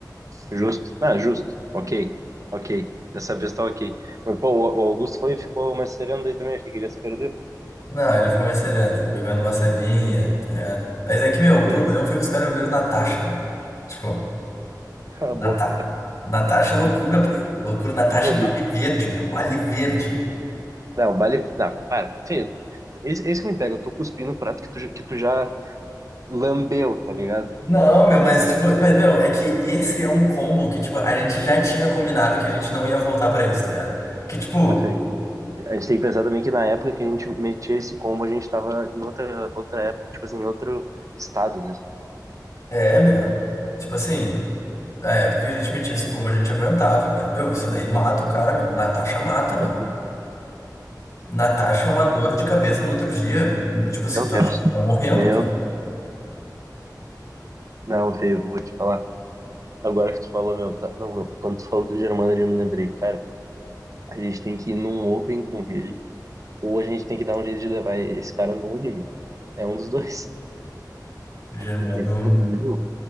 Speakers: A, on the right; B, on the left.
A: Justo. Ah, justo. Ok. Ok. Dessa vez tá ok. Mas, pô, o o Augusto foi e ficou magisteriano daí também. Achei que ele ia se perder. Pô.
B: Não, ele ficou mais sereno, tipo, bebendo uma cevinha, tá ligado? Mas é que, meu, o
A: porque-
B: problema foi que os caras beberam Natasha, meu. Tipo,
A: <laughs> Cala
B: Nata...
A: a boca. é
B: Natasha é loucura,
A: <laughs>
B: pai. Loucura, Natasha
A: Meu
B: e
A: Deus.
B: Bale Verde, meu. Bale Verde.
A: Não, o baile. Não, para. Feio. Esse, esse que me pega. Eu tô cuspindo o prato que tu, já- que tu já lambeu, tá ligado? <laughs>
B: Não, meu, mas, tipo, mas, meu, é que esse é um combo que, tipo, a gente já tinha combinado que a gente não ia voltar pra isso, tá ligado? Que, tipo,
A: Ah, é que- A gente tem que pensar também que na época que a gente metia esse combo, a gente tava em outra, outra época, tipo assim, em outro estado, né?
B: é, meu. Tipo assim, na época que a gente metia esse combo, a gente aguentava, cara. Meu, isso daí mata o cara, meu. O Natasha mata, meu.
A: Meu
B: Natasha é uma dor de cabeça no outro dia. Tipo assim, tu
A: Deus.
B: acha que tá morrendo,
A: Meu.
B: cara?
A: Não, feio, vou te falar. Agora que tu falou, meu, tá... não, meu, quando tu falou do Germano, eu me lembrei, cara, a gente tem que ir num Open com ele, ou a gente tem que dar um jeito de levar esse cara no Uni, meu. É um dos dois. <laughs>
B: Germano.
A: Porque- porque, meu,